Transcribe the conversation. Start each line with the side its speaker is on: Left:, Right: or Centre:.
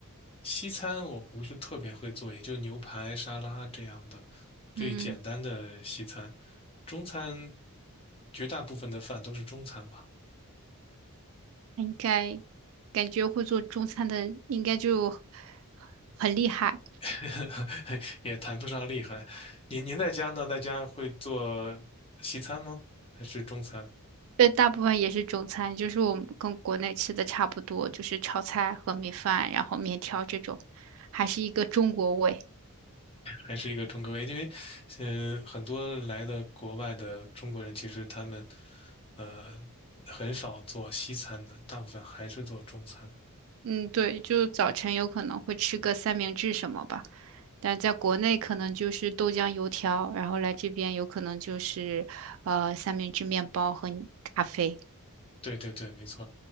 Left: 西餐我不是特别会做，也就牛排、沙拉这样的最简单的西餐。
Right: 嗯，
Left: 中餐绝大部分的饭都是中餐吧。
Right: 应该感觉会做中餐的应该就很厉害。
Left: <laughs> 也谈不上厉害。您您在家呢？在家会做西餐吗？还是中餐？
Right: 对，大部分也是中餐，就是我们跟国内吃的差不多，就是炒菜、和米饭，然后面条这种，还是一个中国味。
Left: 还是一个中国胃？因为，呃，很多来的国外的中国人，其实他们，呃，很少做西餐的，大部分还是做中餐。
Right: 嗯，对，就早晨有可能会吃个三明治什么吧，但在国内可能就是豆浆、油条，然后来这边有可能就是呃三明治、面包和咖啡。
Left: 对对对，没错。